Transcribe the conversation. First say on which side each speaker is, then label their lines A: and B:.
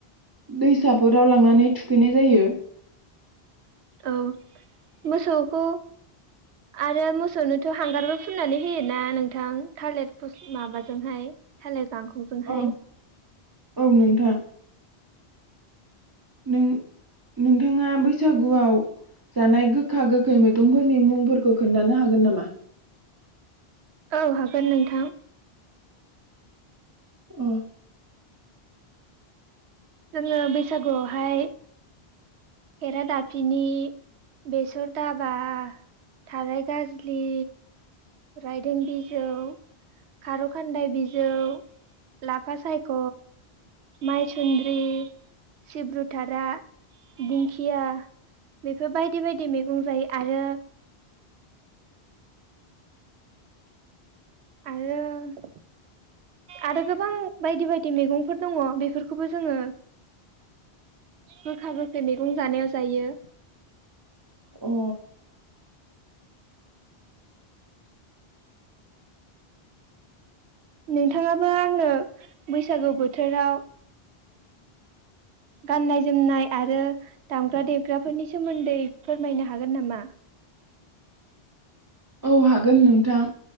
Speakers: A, on the right (about 25°); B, on the right (about 80°).
A: दै साफोराव लांनानै थुखैनाय जायो।
B: औ मोसौखौ आरो मोसौनोथ' हांगारबो फुननानै होयोना नोंथां थालिर फस माबाजोंहाय थालिर जांखौजोंहाय
A: औ औ नोंथां नों नोंथाङा बैसागुआव जानाय गोखा गोखै मैगंफोरनि मुंफोरखौ खोन्थानो हागोन नामा
B: औ हागोन नोंथां
A: औ
B: जोङो बैसागुआवहाय खेरा दाफिनि बेसर दाबा थाराय गाजलि राइदों बिजौ खारौ खान्दाय बिजौ लाफा सायख' माइसुन्द्रि सिब्रुथारा दिंखिया बेफोर बायदि बायदि मैगं जायो आरो आरो आरो गोबां बायदि बायदि मैगंफोर दङ बेफोरखौबो जोङो गोखा गोखै मैगं जानायाव जायो।
A: अ
B: नोंथाङाबो आंनो बैसागु बोथोराव गाननाय जोमनाय आरो दामग्रा देग्राफोरनि सोमोन्दै फोरमायनो हागोन नामा?
A: औ हागोन नोंथां।